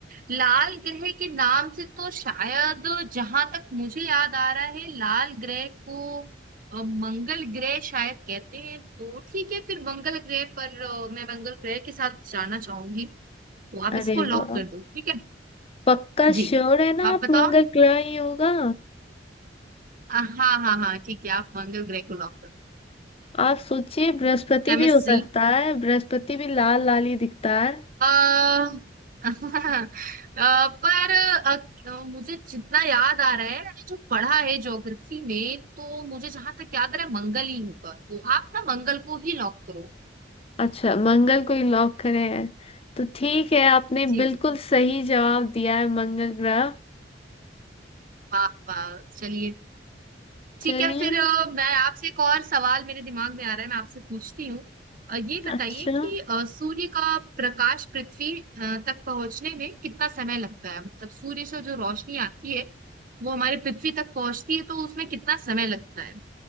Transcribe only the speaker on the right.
लाल ग्रह के नाम से तो शायद जहां तक मुझे याद आ रहा है लाल ग्रह को अ, मंगल ग्रह शायद कहते हैं तो ठीक है फिर मंगल ग्रह पर अ, मैं मंगल ग्रह के साथ जाना चाहूंगी तो आप
इसको लॉक
कर दो ठीक है
जी
आप
बताओ
अ, हाँ हाँ हाँ ठीक है आप मंगल ग्रह को लॉक कर
दो
मैं
सही
आ, <laughs> आ, पर अ, मुझे जितना याद आ रहा है मैंने जो पढ़ा है ज्योग्राफी में तो मुझे जहां तक याद आ रहा है मंगल ही होगा तो आप ना मंगल को ही लॉक करो
जी
जी
वाह वाह चलिए ठीक
है फिर अ, मैं आपसे एक और सवाल मेरे दिमाग में आ रहा है मैं आपसे पूछती हूँ अ, ये बताइए
कि अ, सूर्य का प्रकाश पृथ्वी अ, तक पहुंचने में कितना समय लगता है मतलब सूर्य से जो रोशनी आती है वो हमारे पृथ्वी तक पहुंचती है तो उसमें कितना समय लगता है